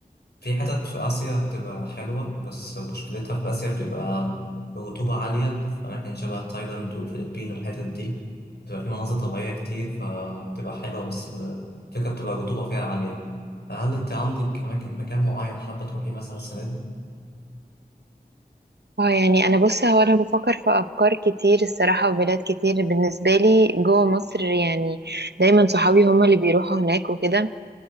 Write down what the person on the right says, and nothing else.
اه يعني انا بص هو انا بفكر في افكار كتير الصراحه وبلاد كتير بالنسبه لي جوه مصر يعني دايما صحابي هما اللي بيروحوا هناك وكده